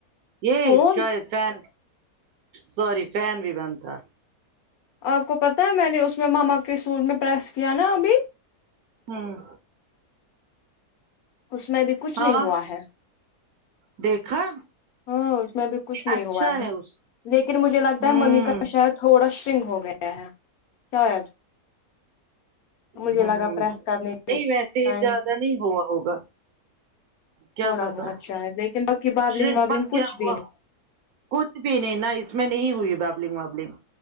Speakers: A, on the right; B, on the left.
A: یہ
B: فون
A: شاید فین سوری فین بھی بند تھا
B: آپ کو پتا ہے میں نے اس میں مما کے سوٹ میں پریس کیا نا ابھی
A: ہوں
B: اس میں بھی کچھ نہیں
A: ہاں
B: ہوا ہے
A: دیکھا
B: ہاں اس میں بھی کچھ نہیں
A: اچھا
B: ہوا ہے
A: اس
B: لیکن مجھے لگتا
A: ہوں
B: ہے ممی کا شاید تھوڑا شرنگ ہو گیا ہے شاید مجھے
A: ہوں
B: لگا
A: ہوں
B: پریس کرنے
A: نہیں ویسے
B: ٹائم
A: زیادہ نہیں ہوا ہوگا کیا
B: تھوڑا
A: پتا
B: بہت شاید لیکن بقی بابلنگ
A: شرنک
B: وابلنگ
A: مت کیا
B: کچھ بھی
A: ہوا
B: نہیں
A: کچھ بھی نہیں نا اس میں نہیں ہوئی بابلنگ وابلنگ